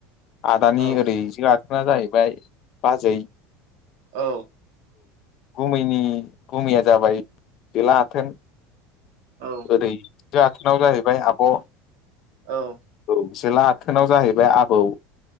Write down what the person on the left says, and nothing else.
आदानि
ओरै जि आथोना जाहैबाय बाजै
औुमैनि गुमैया जाबाय जोला आथोन
ओरै जो आथोनाव जाहैबाय आब'
औ जोला आथोनाव जाहैबाय आबौ